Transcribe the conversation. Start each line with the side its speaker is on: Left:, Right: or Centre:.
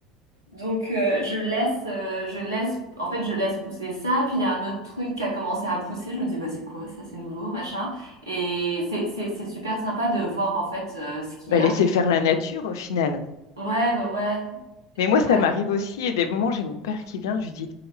Right: Donc euh, je laisse, euh, je laisse, en fait je laisse pousser ça. Puis il y a un autre truc qui a commencé à pousser. Je me dis bah c'est quoi ça, c'est nouveau, machin. Et c'est c'est c'est super sympa de voir en fait euh, ce qu'il
Left: Bah,
Right: y
Left: laisser
Right: a.
Left: faire la nature au final.
Right: Ouais ouais ouais
Left: Mais moi, ça
Right: ouais
Left: m'arrive aussi, et des moments, j'ai mon père qui vient, je lui dis,